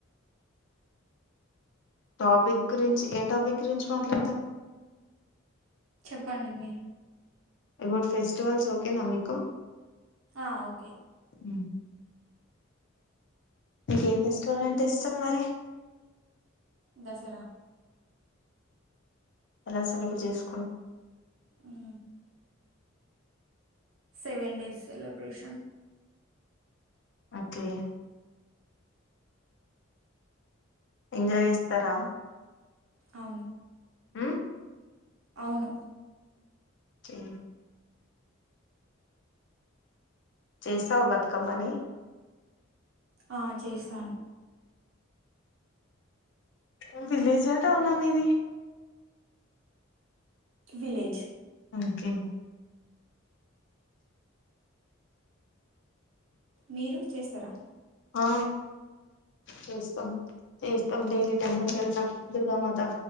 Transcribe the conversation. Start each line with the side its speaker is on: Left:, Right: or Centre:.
Left: టాపిక్ గురించి ఏ టాపిక్ గురించి మాట్లాడతాం
Right: చెప్పండి మీరే
Left: ఇబుడ్ ఫెస్టివల్స్ ఓకే న మీకు
Right: ఆ ఓకే
Left: ఉ మీకు ఏ ఫెస్టివల్ అంటే ఇస్టం మరి
Right: దసరా
Left: ఎలా సెలబ్రె జేస్
Right: ఊ seven days celebration
Left: okay enjoy ఏస్తరా
Right: అవును
Left: ఉ
Right: అవును
Left: చే చేస్తావు బతుకమ్మని
Right: ఆ చేస్తాను.
Left: ఏమ్ విల్లేజా టౌనా మీది.
Right: విలేజ్
Left: ఓకే
Right: మీరు చేస్తరా.
Left: ఆ చేస్తాం చేస్తాం డైలీ టెంపుల్ కేళ్తాం దుర్గామాతా.